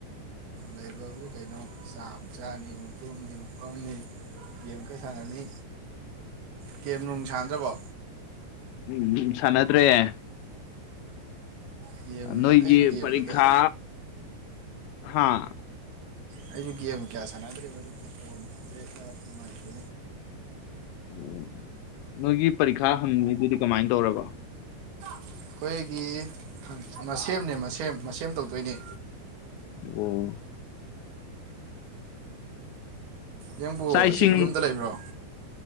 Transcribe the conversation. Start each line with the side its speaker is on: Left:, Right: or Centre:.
Right: ꯂꯥꯏꯕꯕꯨ ꯀꯩꯅꯣ ꯆꯥ ꯃꯨꯛ ꯆꯆꯥꯅꯤ ꯃꯨꯛꯇꯨꯝꯅꯤ ꯃꯨꯛꯐꯝꯅꯤ ꯒꯦꯝ ꯈꯔ ꯁꯥꯟꯅꯅꯤ ꯒꯦꯝ ꯅꯨꯡ ꯁꯥꯟꯗ꯭ꯔꯕꯣ
Left: ꯎꯝ ꯁꯥꯟꯅꯗ꯭ꯔꯦ
Right: ꯒꯦꯝ
Left: ꯅꯣꯏꯒꯤ
Right: ꯑꯩꯁꯨ ꯒꯦꯝꯗꯨꯗ
Left: ꯄꯔꯤꯈꯥ ꯍꯥꯥ
Right: ꯑꯩꯁꯨ ꯒꯦꯝ ꯀꯌꯥ ꯁꯥꯟꯅꯗ꯭ꯦꯔꯤꯕ ꯑꯗꯨꯗꯤ ꯐꯣꯟꯁꯦꯛꯇ ꯅꯨꯡꯉꯥꯏꯇꯦ
Left: ꯎ ꯅꯣꯏꯒꯤ ꯄꯔꯤꯈꯥ ꯍꯪꯉꯤꯗꯨꯗꯤ ꯀꯃꯥꯏꯅ ꯇꯧꯔꯕ
Right: ꯑꯩꯈꯣꯏꯒꯤ ꯃꯁꯦꯝꯅꯦ ꯃꯁꯦꯝ ꯃꯁꯦꯝ ꯇꯧꯗꯣꯏꯅꯦ
Left: ꯑꯣ
Right: ꯌꯦꯡꯕꯨ
Left: ꯆꯥꯛ
Right: ꯍꯧꯖꯤꯛ
Left: ꯏꯁꯤꯡ
Right: ꯌꯨꯝꯗ ꯂꯩꯕ꯭ꯔꯣ